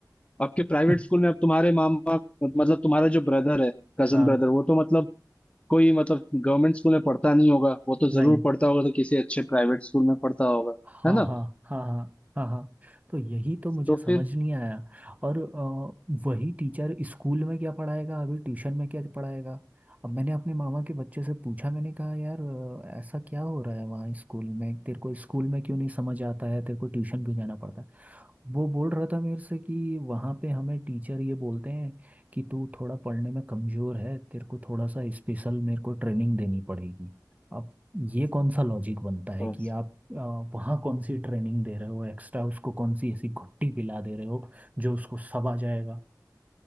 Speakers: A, on the left; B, on the right.
A: आपके प्राइवेट
B: <laughs>
A: स्कूल में अब तुम्हारे मामा मतलब तुम्हारा जो ब्रदर है कजन
B: हाँ
A: ब्रदर वो तो मतलब कोई मतलब गवर्नमेंट स्कूल में पढ़ता नहीं होगा वो तो जरूर
B: नहीं
A: पढ़ता होगा तो किसी अच्छे प्राइवेट स्कूल में पढ़ता होगा
B: हाँ
A: है ना
B: हाँ हाँ हाँ हाँ हाँ तो यही तो मुझे
A: तो
B: समझ
A: फिर
B: नहीं आया और अ, वही टीचर स्कूल में क्या पढ़ाएगा अभी ट्यूशन में क्या पढ़ाएगा अब मैंने अपने मामा के बच्चे से पूछा मैंने कहा यार अ, ऐसा क्या हो रहा है वहाँ स्कूल में तेरे को स्कूल में क्यों नहीं समझ आता है तेरे को ट्यूशन क्यों जाना पड़ता है वो बोल रहा था मेरे से कि वहाँ पे हमें टीचर ये बोलते हैं कि तू थोड़ा पढ़ने में कमज़ोर है तेरे को थोड़ा सा स्पेशल मेरे को ट्रेनिंग देनी पड़ेगी अब ये कौन सा लॉजिक बनता है
A: हम्म।
B: कि आप आ, वहाँ कौन सी ट्रेनिंग दे रहे हो एक्स्ट्रा उसको कौन सी ऐसी घुट्टी पिला दे रहे हो जो उसको सब आ जाएगा